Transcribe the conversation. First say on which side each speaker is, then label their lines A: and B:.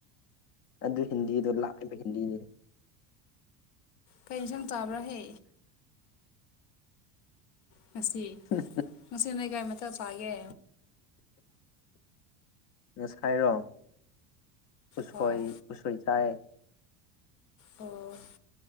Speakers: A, on the left; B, on the left.
A: ꯑꯗꯨ ꯍꯤꯟꯗꯤꯗꯣ ꯂꯥꯛꯏꯕ ꯍꯤꯟꯗꯤꯅꯤ
B: ꯀꯩ ꯏꯪꯁꯥꯡ ꯆꯥꯕ꯭ꯔꯥꯍꯦ ꯉꯁꯤ
A: ꯎ
B: ꯉꯁꯤ ꯅ ꯑꯩ ꯀꯥꯏ ꯃꯠꯇ ꯄꯥꯒꯦ
A: ꯉꯁ ꯍꯥꯏꯔꯣ ꯎꯠꯁꯣꯏ
B: ꯍꯣꯏ
A: ꯎꯠꯁꯣꯏ ꯆꯥꯏ
B: ꯑꯣ